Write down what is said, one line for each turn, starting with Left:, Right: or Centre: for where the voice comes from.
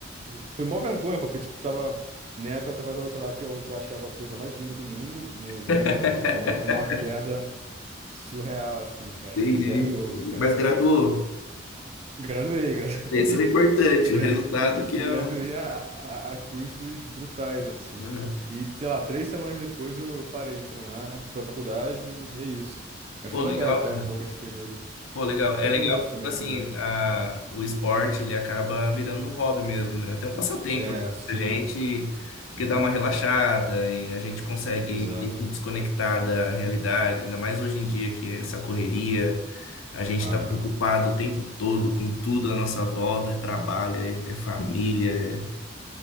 Right: Foi foi mó vergonha, pô, porque, tipo, tava. Na época tava a garota lá que eu, que eu achava a coisa mais linda do mundo, no, vendo,
Left: <laughs>
Right: vendo eu tomar uma queda surreal, assim, cara.
Left: Entendi.
Right: Foi vergonhoso, cara.
Left: Mas graduou.
Right: Graduei, <laughs> graduei.
Left: Isso é importante,
Right: Gratu...
Left: o resultado que
Right: Gratuito
Left: é o. <laughs>
Right: a, a, a custos brutais, assim.
Left: Uhum.
Right: E, sei lá, três semanas depois eu parei de treinar, fui pra faculdade e é isso. Mas
Left: Pô,
Right: foi
Left: legal,
Right: legal até
Left: cara.
Right: um pouco esse período.
Left: Pô, legal. É
Right: Vergonhoso
Left: legal que,
Right: também,
Left: tipo assim,
Right: na verdade.
Left: a, o esporte ele acaba virando um hobby mesmo, né? Até um passatempo
Right: É, sim,
Left: pra gente, porque
Right: sim,
Left: dá uma relaxada e a gente consegue
Right: exato.
Left: meio que desconectar da realidade, ainda mais hoje em dia que é essa correria, a gente
Right: Aham.
Left: tá preocupado o tempo todo com tudo à nossa volta, é trabalho, é, é família,